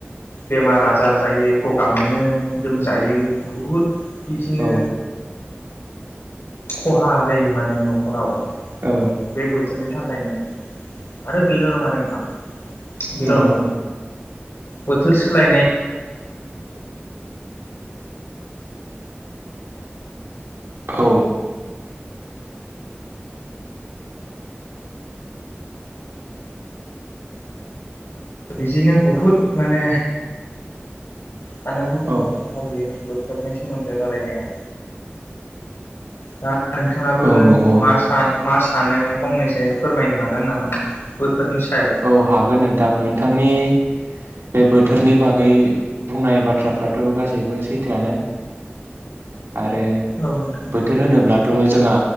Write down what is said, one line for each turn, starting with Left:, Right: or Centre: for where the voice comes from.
Left: बेमार आजार जायो। गगा मोनो लोमजायो बुहुद बिदिनो
Right: औ
Left: खहा जायो माने न'खराव।
Right: औ।
Left: बे बोथोरनि थाखायनो आरो बेल' नङा नोंथां बेल'
Right: नंगौ
Left: नङा बोथोर सोलायनाय
Right: औ।
Left: बिदिनो बहुद माने साननांगौ गोनां
Right: औ
Left: खोथा बियो बोथोरनि सोमोन्दै रालायनाया दा नोंथाङाबो
Right: औ नंगौ
Left: मा सान मा सानो फंनैसो फोरमायनो हागोन नामा? बोथोरनि सायाव
Right: औ हागोन नोंथां। नोंथांनि बे बोथोरनि बागै बुंनाय बाथ्राफ्राथ' गासैबो सैथोआनो। आरो
Left: औ नोंथां
Right: बोथोर होनोब्लाथ' जोंहा